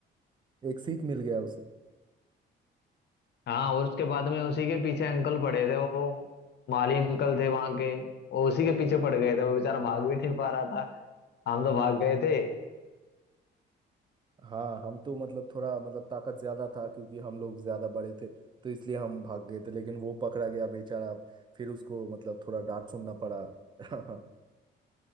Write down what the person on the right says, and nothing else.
एक सीख मिल गया उसे
हाँ हम तो मतलब थोड़ा मतलब ताकत ज्यादा था क्योंकि हम लोग ज्यादा बड़े थे तो इसलिए हम भाग गए थे लेकिन वो पकड़ा गया बेचारा फिर उसको मतलब थोड़ा डांट सुनना पड़ा <laughs>